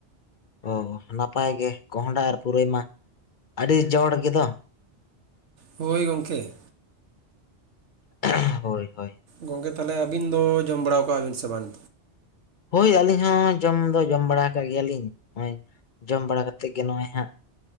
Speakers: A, on the left; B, on the right.
A: ᱚ ᱱᱟᱯᱟᱭ ᱜᱮ ᱠᱚᱸᱦᱰᱟ ᱟᱨ ᱯᱩᱨᱟᱹᱭ ᱢᱟ ᱟᱹᱰᱤ ᱡᱚᱲ ᱜᱮᱫᱚ
B: ᱦᱳᱭ ᱜᱚᱢᱠᱮ
A: <unintelligible> ᱦᱳᱭ ᱦᱳᱭ
B: ᱜᱚᱢᱠᱮ ᱛᱟᱦᱚᱞᱮ ᱟᱹᱵᱤᱱ ᱫᱚ ᱡᱚᱢ ᱵᱟᱲᱟᱣᱟᱠᱟᱜ ᱵᱤᱱ ᱥᱮ ᱵᱟᱝ
A: ᱦᱳᱭ ᱟᱹᱞᱤᱧ ᱦᱚᱸ ᱡᱚᱢ ᱫᱚ ᱡᱚᱢ ᱵᱟᱲᱟ ᱟᱠᱟᱜ ᱜᱮᱭᱟᱞᱤᱧ ᱱᱚᱜᱼᱚᱭ ᱡᱚᱢ ᱵᱟᱲᱟ ᱠᱟᱛᱮᱫ ᱜᱮ ᱱᱚᱜᱼᱚᱭ ᱦᱟᱸᱜ